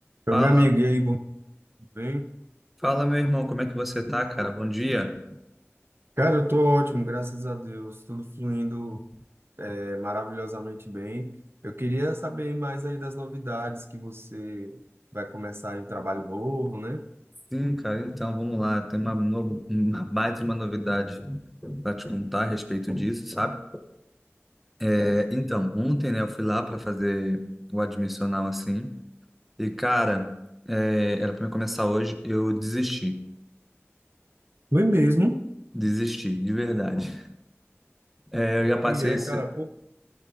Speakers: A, on the right; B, in the centre.
A: Eu,
B: Fala,
A: meu amigo, e aí, bom, tudo bem?
B: fala meu irmão, como é que você tá, cara? Bom dia.
A: Cara, eu tô ótimo, graças a Deus, tudo fluindo é, maravilhosamente bem. Eu queria saber mais aí das novidades que você vai começar em trabalho novo, né?
B: Sim, cara, então vamos lá. Tem uma, no- uma baita de uma novidade para te contar a respeito disso, sabe? É, então, ontem, né, eu fui lá para fazer o admissional assim. E, cara, é, era para me começar hoje, eu desisti.
A: Foi mesmo.
B: Desisti, de verdade. É, eu já passei.
A: E é,
B: esse-
A: cara, pô,